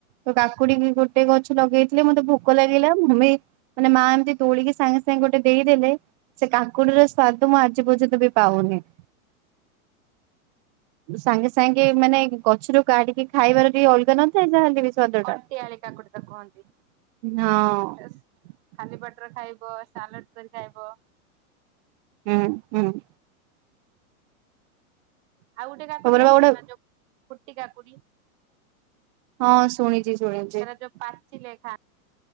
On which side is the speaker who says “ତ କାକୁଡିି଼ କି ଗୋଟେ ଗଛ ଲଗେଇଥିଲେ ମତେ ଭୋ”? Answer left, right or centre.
Right